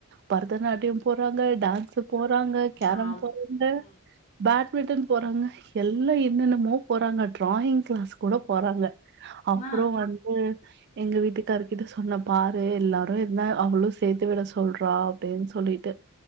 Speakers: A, on the right; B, on the left.
A: பரதநாட்டியொ போறாங்க டான்ஸு போறாங்க கேரம்
B: ஆமா.
A: போறாங்க
B: ம்.
A: பேட்மிட்டன் போறாங்க எல்லா என்னென்னமோ போறாங்க ட்ராயிங் கிளாஸ் கூட போறாங்க அப்றொ
B: ஆ.
A: வந்து ம் எங்க வீட்டுக்கருக்கிட்ட சொன்ன பாரு எல்லாரு என்ன அவளூ சேத்து விட சொல்றா அப்டின்னு சொல்லிட்டு